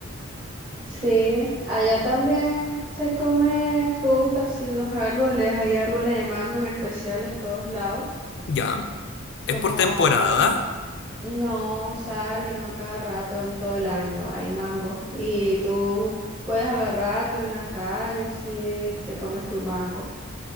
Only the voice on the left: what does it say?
Ya,
es por temporada.